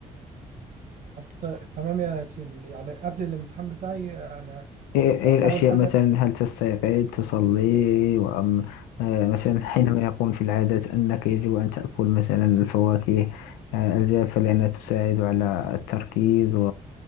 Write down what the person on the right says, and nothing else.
طب ت- تمام يا ياسين يعني قبل الامتحان بتاعي انا
اول
حاجة